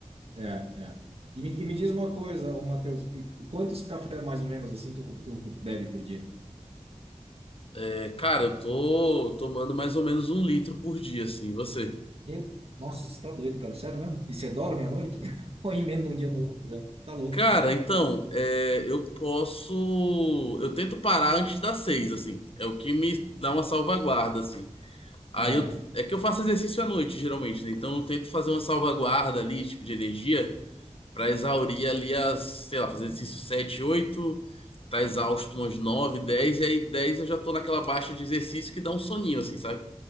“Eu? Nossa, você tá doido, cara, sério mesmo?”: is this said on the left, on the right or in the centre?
Right